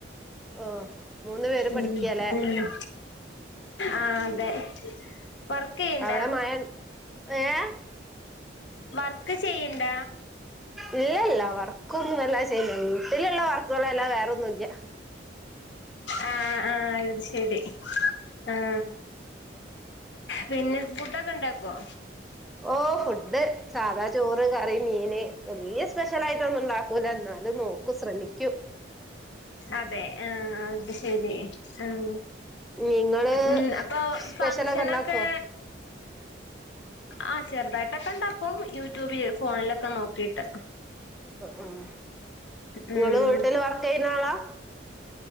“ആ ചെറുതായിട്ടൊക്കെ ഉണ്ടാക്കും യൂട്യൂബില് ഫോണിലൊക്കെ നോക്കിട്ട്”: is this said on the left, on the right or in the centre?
Left